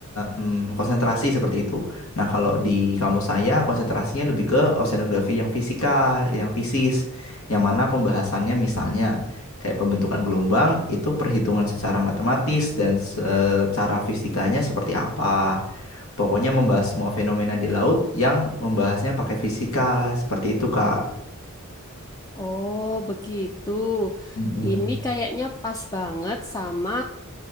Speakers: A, on the left (about 80°); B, on the left (about 15°).
A: mm, konsentrasi seperti itu. Nah, kalau di kampus saya, konsentrasinya lebih ke oceanografi yang fisika, yang fisis, yang mana pembahasannya misalnya kayak pembentukan gelombang, itu perhitungan secara matematis dan secara fisikanya seperti apa. Pokoknya membahas semua fenomena di laut yang membahasnya pakai fisika, seperti itu, Kak.
B: Oh, begitu.
A: Mm-mm.
B: Ini kayaknya pas banget sama